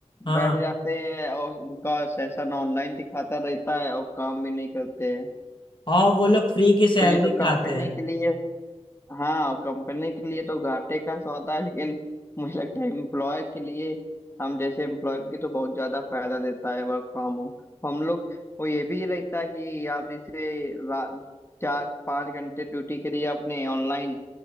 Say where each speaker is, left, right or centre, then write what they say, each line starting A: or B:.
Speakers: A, on the left; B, on the left.
A: हाँ
B: बैठ जाते हैं और उनका सेशन ऑनलाइन दिखाता रहता है और काम भी नहीं करते हैं
A: और वो लोग फ्री की सैलरी
B: तो ये तो कंपनी
A: खाते हैं
B: के लिए हाँ और कंपनी के लिए तो घाटे का सौदा है लेकिन मुझे लगता है एम्प्लॉय के लिए हम जैसे एम्प्लॉय की तो बहुत ज्यादा फायदा देता है वर्क फ्रॉम होम हम लोग वो ये भी रहता है कि आप जैसे रा- चार पाँच घंटे ड्यूटी करी आपने ऑनलाइन